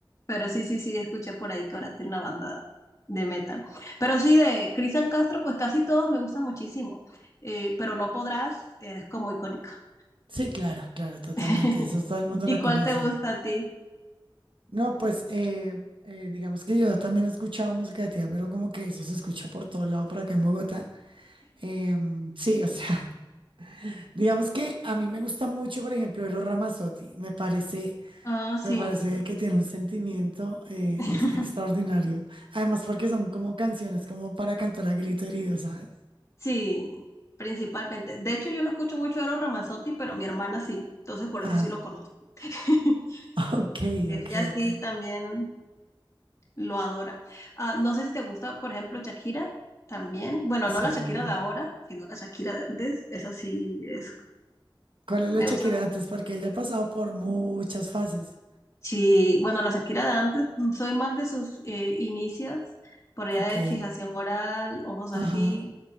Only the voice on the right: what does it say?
Sí, claro, claro, totalmente.
Eso todo el mundo
la
conoce.
No, pues eh, eh, digamos que yo también he escuchado música de tía, pero como que eso se escucha por todo lado por acá en Bogotá. Em, sí, o sea. Digamos que a mí me gusta mucho, por ejemplo, Eros Ramazzotti. Me parece,
me parece que tiene un sentimiento eh,
es extraordinario. Además, porque son como canciones como para cantar a grito herido, ¿sabes?
Ajá.
<laughs>
Ok,
ok,
ok.
Sí.
¿Cuál es la
Shakira
de antes? Porque ella ha pasado por muchas fases.
Ok.
Ajá.